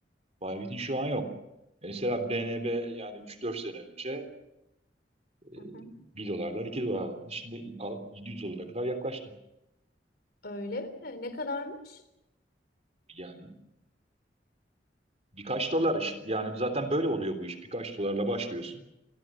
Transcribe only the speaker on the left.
Hı hı.
Öyle mi? Ne kadarmış?